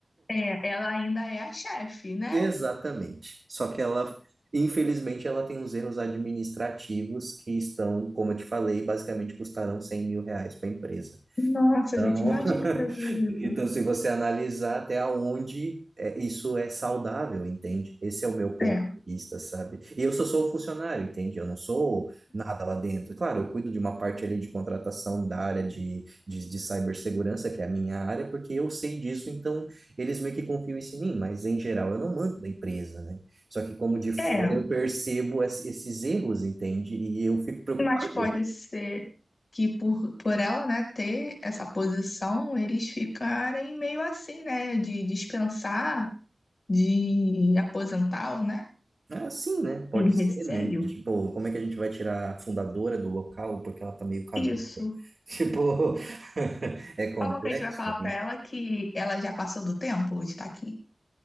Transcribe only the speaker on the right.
Exatamente.
Só que ela, infelizmente, ela tem uns erros administrativos que estão, como eu te falei, basicamente custaram cem mil reais para a empresa.
Então,
Então, se você analisar até onde é, isso é saudável, entende? Esse é o meu ponto
de vista, sabe? E eu só sou funcionário, entende? Eu não sou nada lá dentro. Claro, eu cuido de uma parte ali de contratação da área de, de, de cibersegurança, que é a minha área, porque eu sei disso, então eles meio que confiam isso em mim, mas em geral eu não mando da empresa, né? Só que como de fora
eu percebo es- esses erros, entende? E eu fico preocupado.
Ah, sim, né? Pode
ser,
né? Tipo, como é que a gente vai tirar a fundadora do local porque ela tá meio caduca?
<laughs> Tipo, <laughs> é complexo,
né?